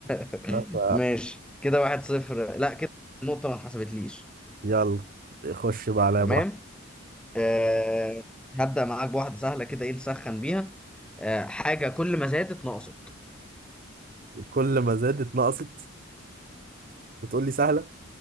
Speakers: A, in the centre; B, on the right (about 40°).
A: <laughs>
B: آه، ف-
A: ماشي كده واحد صفر لا كده النقطة ما اتحسبتليش
B: يلا خش بقى عليا
A: تمام
B: بواحد
A: آه، هبدأ معاك بواحدة سهلة كده ايه نسخن بيها آه، حاجة كل ما زادت نقصت
B: كل ما زادت نقصت وتقول لي سهلة